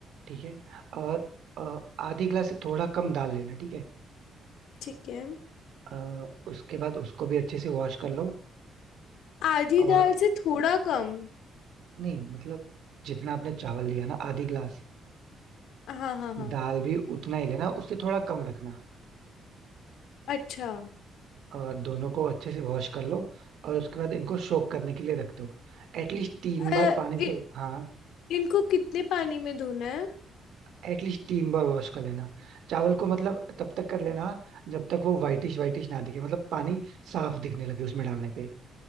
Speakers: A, on the right (about 70°); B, on the left (about 80°).
A: ठीक है और अ, आधी ग्लास से थोड़ा कम दाल लेना ठीक है
B: ठीक है
A: अ, उसके बाद उसको भी अच्छे से वॉश कर लो
B: आधी
A: और
B: दाल से थोड़ा कम
A: नहीं मतलब जितना आपने चावल लिया ना आधी ग्लास
B: हाँ हाँ हाँ
A: दाल भी उतना ही लेना उससे थोड़ा कम रखना
B: अच्छा
A: और दोनों को अच्छे से वॉश कर लो और उसके बाद इनको सोक करने के लिए रख दो एटलीस्ट तीन बार
B: अ,
A: पानी
B: इ,
A: से हाँ
B: इनको कितने पानी में धोना है
A: एटलीस्ट तीन बार वॉश कर लेना चावल को मतलब तब तक कर लेना जब तक वो वाइटिश वाइटिश ना दिखे मतलब पानी साफ दिखने लगे उसमें डालने पे